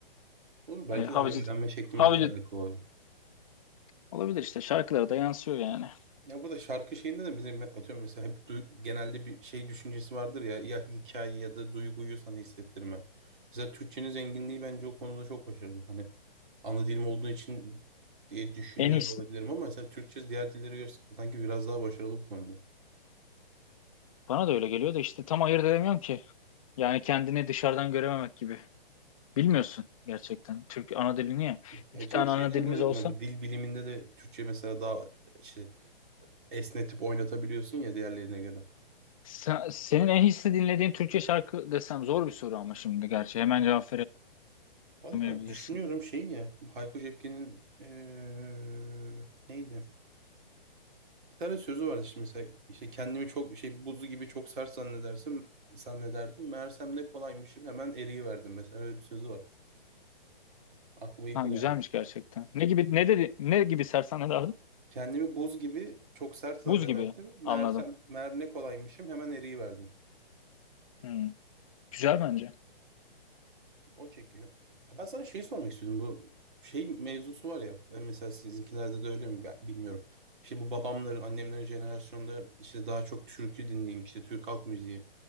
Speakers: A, on the right; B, on the left.
A: Olur belki
B: E, havacı,
A: de hani öğrenme şeklimizle
B: havacı
A: de alakalı olur.
B: olabilir işte şarkılara da yansıyor yani.
A: Ya burada şarkı şeyinde de bizim atıyorum mesela hep du- genelde bir şey düşüncesi vardır ya ya hikaye ya da duyguyu sana hissettirme. Mesela Türkçenin zenginliği bence o konuda çok başarılı. Hani ana dilim olduğu için diye düşünüyor
B: En iyisi.
A: da olabilirim ama mesela Türkçe diğer dillere göre sanki biraz daha başarılı bu konuda.
B: Bana da öyle geliyor da işte tam ayırt edemiyorum ki. Yani kendini dışarıdan görememek gibi. Bilmiyorsun gerçekten. Türk ana dilini ya.
A: Ya
B: İki
A: çünkü
B: tane
A: şeyden
B: ana dilimiz
A: dolayıydı
B: olsa
A: ama bu dil biliminde de Türkçe mesela daha işte esnetip oynatabiliyorsun ya diğerlerine göre.
B: Sen- senin en hisli dinlediğin Türkçe şarkı desem zor bir soru ama şimdi gerçi hemen cevap
A: Valla
B: veremeyebilirsin.
A: düşünüyorum şey ya bu Hayko Cepkin'in eee, neydi? Bir tane sözü vardı şimdi mesela işte kendimi çok şey buzu gibi çok sert zannedersin zannederdim. Meğersem ne kolaymışım hemen eriyiverdim mesela öyle bir sözü var. Aklıma ilk
B: Ha
A: o
B: güzelmiş
A: geldi.
B: gerçekten. Ne gibi ne dedi ne gibi sersane derdim?
A: Kendimi buz gibi çok sert zannederdim.
B: Buz gibi
A: Meğersem,
B: anladım.
A: meğer ne kolaymışım hemen eriyiverdim.
B: Hmm, güzel bence.
A: O çekiyor. Ha, Ben sana şeyi sormak istiyordum. Bu şey mevzusu var ya. e, Mesela sizinkilerde de öyle mi Ben bilmiyorum. İşte bu babamların, annemlerin jenerasyonda işte daha çok türkü dinleyeyim, işte Türk halk müziği.